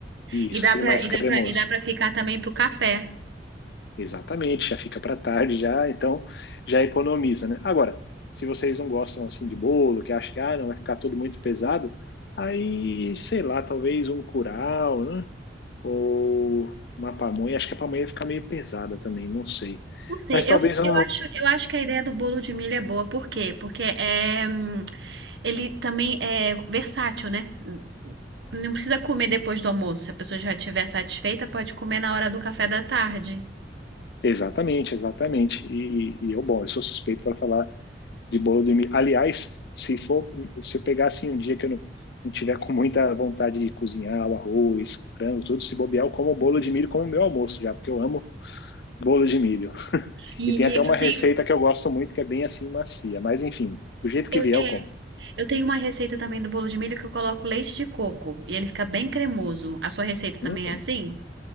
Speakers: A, on the left (about 65°); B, on the right (about 85°).
A: Isso,
B: E dá
A: aquele
B: pra,
A: mais
B: e
A: cremoso.
B: dá pra, e dá pra ficar também pro café.
A: Exatamente, já fica para tarde já, então já economiza, né? Agora, se vocês não gostam assim de bolo, que acham que ah, não vai ficar tudo muito pesado, aí, sei lá, talvez um curau, né? ou uma pamonha. Acho que a pamonha ia ficar meio pesada também, não sei.
B: Não sei,
A: Mas talvez
B: eu,
A: eu
B: eu acho, eu acho que a ideia do bolo de milho é boa, por quê? Porque é, hum, ele também é versátil, né? Não precisa comer depois do almoço. Se a pessoa já estiver satisfeita, pode comer na hora do café da tarde.
A: Exatamente, exatamente. E, e eu, bom, eu sou suspeito para falar de bolo de milho. Aliás, se for, se eu pegar assim um dia que eu não, não tiver com muita vontade de cozinhar o arroz, frango, tudo, se bobear, eu como bolo de milho como meu almoço já, porque eu amo bolo de milho.
B: E,
A: E tem até
B: e
A: uma
B: eu
A: receita
B: tenho,
A: que eu gosto muito, que é bem assim macia. Mas enfim, do jeito que
B: eu,
A: vier,
B: é,
A: eu como.
B: eu tenho uma receita também do bolo de milho que eu coloco leite de coco e ele fica bem cremoso. A sua receita também
A: Hum.
B: é assim?